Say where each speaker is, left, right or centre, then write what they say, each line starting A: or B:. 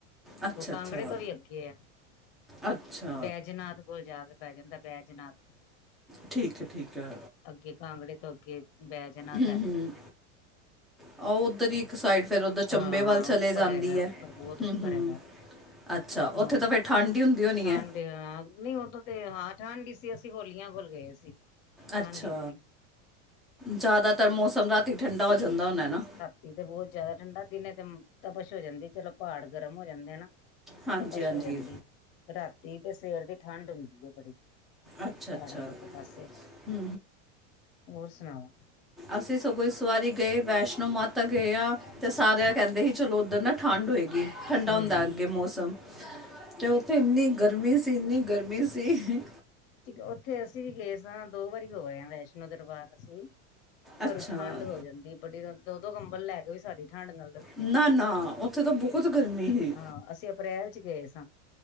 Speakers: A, in the centre; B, on the left.
A: ਅੱਛਾ
B: ਓ ਕਾਂਗੜੇ
A: ਅੱਛਾ
B: ਤੋਂ ਵੀ ਅੱਗੇ ਐ।
A: ਅੱਛਾ।
B: ਬੈਜਨਾਥ ਕੋਲ ਜਾ ਕੇ ਪੈ ਜਾਂਦਾ ਬੈਜਨਾਥ
A: ਠੀਕ ਐ-ਠੀਕ ਐ।
B: ਅੱਗੇ ਕਾਂਗੜੇ ਤੋਂ ਅੱਗੇ ਬੈਜਨਾਥ
A: ਹੂੰ-ਹੂੰ,
B: ਹੈਗਾ
A: ਆ ਓਦਰ ਈ। ਇੱਕ ਸਾਈਡ ਫੇਰ ਓਦਰ
B: ਹਾਂ
A: ਚੰਬੇ
B: ਹਾਂ
A: ਵੱਲ ਚਲੇ
B: ਉੱਪਰ
A: ਜਾਂਦੀ
B: ਹੈਗਾ
A: ਐ,
B: ਉੱਪਰ ਬਹੁਤ
A: ਹੂੰ-ਹੂੰ,
B: ਉੱਪਰ ਹੈਗਾ
A: ਅੱਛਾ
B: ਹਾਂ
A: ਓਥੇ ਤਾਂ ਫੇਰ ਠੰਡ ਈ ਹੁੰਦੀ ਹੋਨੀ
B: ਠੰਡ
A: ਐ।
B: ਹਾਂ ਨਈ ਓਦੋਂ ਤੇ ਹਾਂ ਠੰਢ ਈ ਸੀ ਅਸੀਂ ਹੋਲੀਆਂ ਕੋਲ ਗਏ ਸੀ। ਠੰਡ
A: ਅੱਛਾ,
B: ਹੀ ਸੀ
A: ਜ਼ਾਦਾਤਰ ਮੌਸਮ ਰਾਤੀ ਠੰਡਾ ਹੋ ਜਾਂਦਾ ਹੋਨੈ ਨਾ।
B: ਨਈ ਤੇ ਬਹੁ ਜ਼ਾਦਾ ਠੰਡਾ ਦਿਨੇ ਤੇ ਤਬਸ਼ ਹੋ ਜਾਂਦੀ ਚਲੋ ਪਾੜ ਗਰਮ ਹੋ ਜਾਂਦੇ ਐ ਨਾ।
A: ਹਾਂਜੀ-ਹਾਂਜੀ।
B: ਤਪਸ਼ ਹੋ ਜਾਂਦੀ ਰਾਤੀ ਤੇ ਸਵੇਰ ਦੀ ਠੰਡ ਹੁੰਦੀ ਐ ਬੜੀ।
A: ਅੱਛਾ-ਅੱਛਾ,
B: ਪਹਾੜਾਂ ਵਾਲੇ ਪਾਸੇ
A: ਹੂੰ
B: ਹੋਰ ਸਨਾਓ
A: ਅਸੀਂ ਸਗੋਂ ਇਸ ਵਾਰੀ ਗਏ ਵੈਸ਼ਨੋ ਮਾਤਾ ਤਾਂ ਗਏ ਆ, ਤੇ ਸਾਰੇ ਕੈਂਦੇ ਸੀ ਚਲੋ ਓਦਰ ਨਾ ਠੰਡ ਹੋਏਗੀ ਠੰਡਾ
B: ਹੂੰ
A: ਹੁੰਦਾ। ਗੇ ਮੌਸਮ ਤੇ ਓਥੇ ਇੰਨੀ ਗਰਮੀ ਸੀ ਇੰਨੀ ਗਰਮੀ ਸੀ
B: ਠੀਕ ਐ ਓਥੇ ਅਸੀਂ ਵੀ ਗਏ ਸਾਂ ਦੋ ਵਾਰੀ ਹੋ ਆਏ ਹਾਂ ਵੈਸ਼ਨੋ ਦਰਬਾਰ ਅਸੀਂ। ਪਰ
A: ਅੱਛਾ
B: ਠੰਢ ਹੋ ਜਾਂਦੀ ਐ ਬਡੀ ਰਾਤ ਦੋ-ਦੋ ਕੰਬਲ ਲੈ ਕੇ ਵੀ ਸਾਡੀ ਠੰਢ ਨਾਲ ਇੱਥੇ
A: ਨਾ-ਨਾ ਔਥੇ ਤਾਂ ਬੋਤ ਗਰਮੀ ਹੀ
B: ਹਾਂ ਅਸੀਂ ਅਪ੍ਰੈਲ ਚ ਗਏ ਸਾਂ